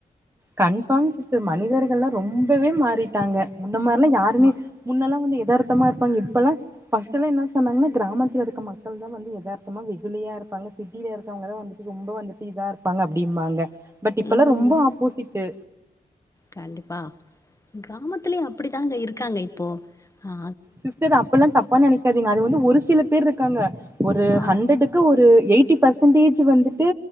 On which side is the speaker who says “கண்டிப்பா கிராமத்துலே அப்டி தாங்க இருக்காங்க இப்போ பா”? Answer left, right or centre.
Left